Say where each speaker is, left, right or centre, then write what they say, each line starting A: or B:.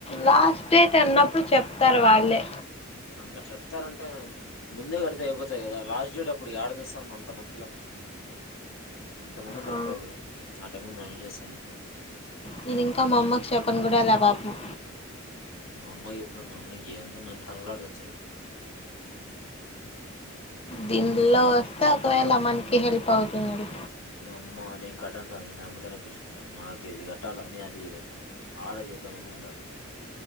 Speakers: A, on the left; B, on the left.
A: లాస్ట్ డేట్ అన్నప్పుడు చెప్తారు వాళ్ళే
B: ఇంకాచెప్తారంటే ముందే కడితే అయిపోతాయి కదా లాస్ట్ డేట్ అప్పుడు యాడతేస్తాం అంత మందిలో మనం ఎంతమంది ఉంటారు
A: ఆ
B: క్రౌడ్ ఆ టైమ్ లో మేం ఏం చేస్తాం చెప్పు
A: నేను ఇంకా మా అమ్మకి చెప్పను కూడ లే పాపం
B: మా అమ్మ కి చెప్పిన ఏందో మా అమ్మ తనకలిలాడి చస్తుంది
A: దీనిలో వస్తే ఒకవేళ మనకి హెల్ప్ అవుతుంది
B: అమ్మ నేను కట్టను స్వామి మా అమ్మతోనే ఇప్పించుకుంటాను నాకు ఇది కట్టాలి నేను అది ఆర్డర్ చేద్ద మనీ ఉండ